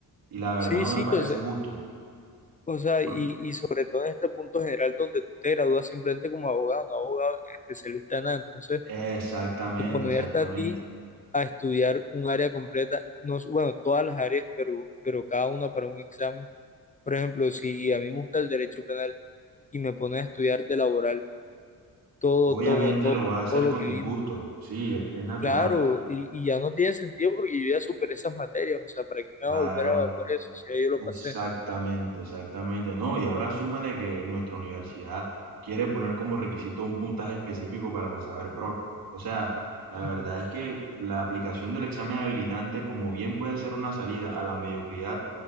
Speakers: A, on the right (about 75°); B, on the left (about 20°).
A: Y la verdad
B: Sí,
A: no
B: sí,
A: me parece
B: o sea,
A: justo.
B: o sea,
A: Por-
B: y, y sobre todo en este punto general donde tú te gradúas simplemente como abogado, no abogado especialista en nada, entonces
A: Exactamente,
B: ponerte
A: exactamente.
B: a ti a estudiar un área completa, no, s- bueno, todas las áreas, pero, pero cada una para un examen. Por ejemplo, si a mí me gusta el derecho penal y me pones a estudiar de laboral, todo,
A: Obviamente
B: todo, todo,
A: lo vas a hacer
B: todo lo
A: con
B: que
A: disgusto.
B: vi
A: Sí, es, es natural.
B: Claro, y, y ya no tiene sentido porque yo ya superé esas materias, o sea, ¿para qué me
A: Claro.
B: voy a volver a evaluar eso si ya yo lo
A: Exactamente,
B: pasé?
A: exactamente. No, y ahora súmale que nuestra universidad quiere poner como requisito un puntaje específico para la Saber Pro. O sea, la verdad
B: Ujú.
A: es que la aplicación del examen habilitante, como bien puede ser una salida a la mediocridad